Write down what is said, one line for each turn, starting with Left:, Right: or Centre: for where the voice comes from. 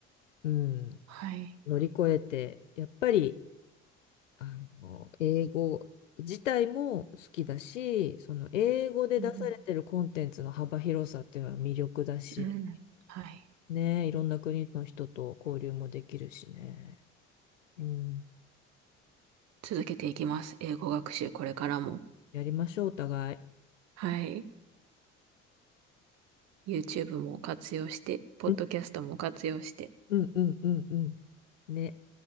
Left: うん、
Right: はい。
Left: 乗り越えて、やっぱり、あの、英語自体も好きだし、その英語で出されてるコンテンツの幅広さっていうのは魅力だし、
Right: うん。うんはい。
Left: ね、いろんな国の人と交流もできるしね。うん、
Right: 続けていきます。英語学習これからも。
Left: やりましょう、お互い。
Right: はい。YouTube も活用して、ポッドキャストも活用して、
Left: うん、うん、うん、うん。うんね。